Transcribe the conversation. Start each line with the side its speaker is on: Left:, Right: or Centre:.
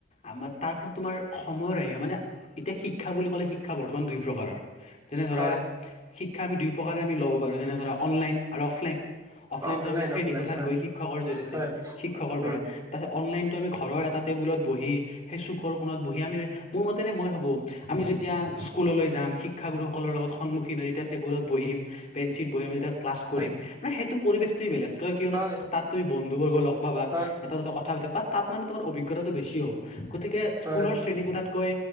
Left: আমাৰ তাৰ ফলত তোমাৰ সময়ৰ আহিব মানে এতিয়া শিক্ষা বুলি ক'লে শিক্ষা বৰ্তমান দুই প্ৰকাৰৰ যেনে ধৰা
Right: হয়
Left: শিক্ষা আমি দুই প্ৰকাৰে আমি ল'ব পাৰো যেনে ধৰা অনলাইন আৰু অফলাইন অফলাইনতো
Right: অফলাইন
Left: আমি শ্ৰেণী
Right: অফলাইন
Left: কোঠাত
Right: হয়
Left: গৈ শিক্ষকৰ জৰিয়তে
Right: হয়
Left: শিক্ষকৰ
Right: উম
Left: পৰা তাৰপিছত অনলাইনটো আমি ঘৰৰ এটা টেবুলত বহি সেই চুখ কোণত বহি আমি মোৰ মতেৰে মই ভাববো আমি যেতিয়া স্কুললৈ যামওঁ শিক্ষাগুৰুসকলৰ লগত সন্মুখীন হয় যেতিয়া টেবুলত বহিম বেঞ্চিত বহিম যেতিয়া ক্লাছ কৰিম
Right: হয়
Left: মানে সেইটো পৰিৱেশটয়ে বেলেগ কিয়নো
Right: হয়
Left: তাত তুমি বন্ধুবৰ্গ লগ পাবা
Right: হয়
Left: এটা দুটা কথা পা তাত মানে তোমাৰ অভিজ্ঞ অভিজ্ঞতাটো বেছি হ'ব গতিকে
Right: হয়
Left: স্কুলৰ শ্ৰেণী কোঠাতকৈ